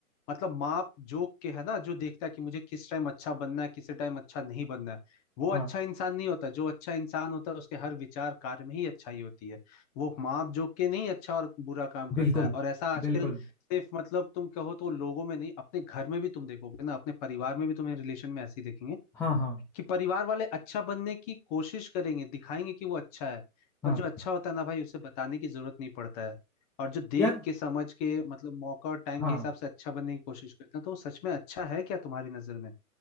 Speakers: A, on the left; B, in the centre.
A: मतलब माप जोक के है ना जो देखता है कि मुझे किस टाइम अच्छा बनना है किस टाइम अच्छा नहीं बनना है वो
B: हाँ
A: अच्छा इंसान नहीं होता जो अच्छा इंसान होता है उसके हर विचार कार्य में ही अच्छाई होती है वो माप जोक के नहीं अच्छा और बुरा काम करता
B: बिल्कुल
A: है और ऐसा आजकल
B: बिल्कुल
A: सिर्फ मतलब तुम कहो तो लोगों में नहीं अपने घर में भी तुम देखोगे ना अपने परिवार में भी तुम्हें रिलेशन में ऐसे ही देखेंगे
B: हाँ हाँ
A: कि परिवार वाले अच्छा बनने की कोशिश करेंगे दिखाएंगे कि वो अच्छा है
B: हाँ
A: पर जो अच्छा होता है ना भाई उसे बताने की जरूरत नहीं पड़ता है और जो देख
B: यार
A: के समझ के मतलब मौका और टाइम
B: हाँ
A: के हिसाब से अच्छा बनने की कोशिश करते हैं तो वो सच में अच्छा है क्या तुम्हारी नजर में